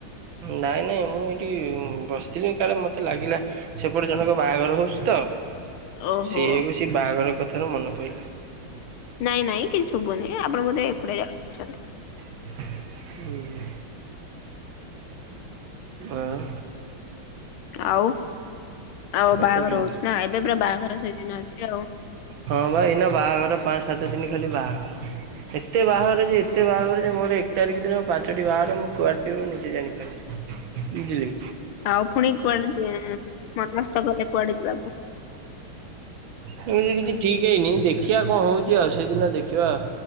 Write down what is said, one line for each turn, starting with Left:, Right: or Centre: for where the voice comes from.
Right: ନାଇଁ ନାଇଁ ମୁଁ ଏଇଠି ବସିଥିଲି କାଳେ ମତେ ଲାଗିଲା ସେପଟେ ଜଣକ ବାହାଘର ହଉଛି। ତ
Left: ଓହୋ
Right: ସେଇକୁ ସେ ବାହାଘର କଥାର ମନେ ପଡିଲା।
Left: ନାଇଁ ନାଇଁ କିଛି ଶୁଭୁନହିଁ ଆପଣ ବୋଧେ ଏକୁଟି ଯାଗାରେ ଅଛନ୍ତି
Right: ହୁଁ। ଆଁ।
Left: ଆଉ ଆଉ ବାହାଘର
Right: କହୁଛନ୍ତି?
Left: ହଉଛି ନା ଏବେ ପୁରା ବାହାଘର ସେଦିନ ଅଛି ଆଉ।
Right: ହଁ ଵାଏଇନା ବାହାଘର ପାଞ୍ଚ ସାତ ଦିନ ଖାଲି ବାହାଘର। ଏତେ ବାହାଘର ଯେ ଏତେ ବାହାଘର ଯେ ମୋର ଏକ ତାରିଖ ଦିନ ପାଞ୍ଚଟି ବାହାଘ ମୁଁ କୁଆଡେ ଯିବି ନିଜେ ଜାଣିପାରୁନି। ବୁଝିଲି।
Left: ଆଉ ପୁଣିି କୁଆଡେ ହେଁ। ମନସ୍ତ୍ କଲେ କୁଆଡେ ଯିବାକୁ।
Right: ଏମିତି କିଛି ଠିକ୍ ହେଇନି ଦେଖିବା କଣ ହେଉଛି ଆଉ ସେଇଦିନ ଦେଖିବା।